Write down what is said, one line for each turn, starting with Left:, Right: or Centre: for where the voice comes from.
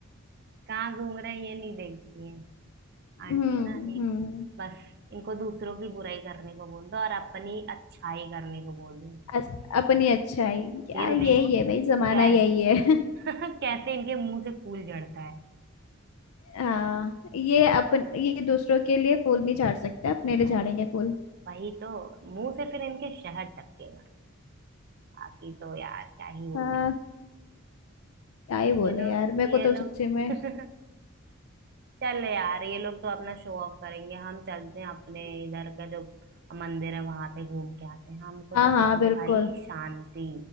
Right: कहाँ घूम रहे हैं ये नहीं देखती हैं आंटी
Left: हम्म
Right: है ना ये
Left: हम्म
Right: बस इनको दूसरों की बुराई करने को बोल दो और अपनी अच्छाई करने को बोल दो
Left: अच- अपनी अच्छाई यार
Right: फिर देखो
Left: यही है भाई जमाना
Right: कैसे
Left: यही है
Right: <laughs>
Left: <laughs>
Right: कैसे इनके मुंह से फूल झड़ता है
Left: हाँ ये अपन ये दूसरों के लिए फूल नहीं झाड़ सकते अपने लिए झाड़ेंगे
Right: है,
Left: फूल
Right: वही तो मुंह से फिर इनके शहद टपकेगा बाकी तो यार क्या ही बोले
Left: हाँ क्या ही बोले
Right: ये दो
Left: यार मेरे को
Right: ये लोग
Left: तो सच्ची में
Right: <laughs> चल यार ये लोग तो अपना शो ऑफ करेंगे हम चलते हैं अपने इधर का जो मंदिर है वहां पे घूम के आते हैं हमको
Left: हाँ
Right: तो चाहिए
Left: हाँ बिल्कुल
Right: भाई शांति